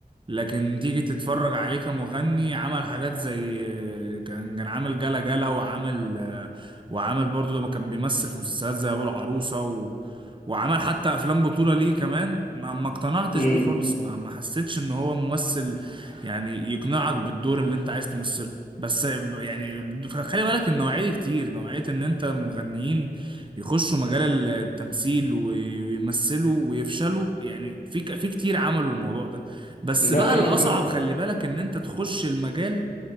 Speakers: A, on the right (about 30°); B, on the left (about 50°).
A: لكن تيجي تتفرج عليه كمغني عمل حاجات زي كان كان عامل جلا جلا وعامل وعامل برضو لما كان بيمثل في مسلسلات زي ابو العروسه و... وعمل حتى افلام بطوله ليه كمان ما ما اقتنعتش
B: امم
A: بيه خالص ما ما حسيتش ان هو ممثل يعني يقنعك بالدور اللي انت عايز تمثله بس يعني خلي بالك النوعية دي كتير نوعية ان انت مغنيين يخشوا مجال التمثيل وي- ويمثلوا ويفشلوا يعني في ك- في كتير عملوا الموضوع ده بس
B: ده
A: بقى
B: حقيقي
A: الأصعب خلي بالك ان انت تخش المجال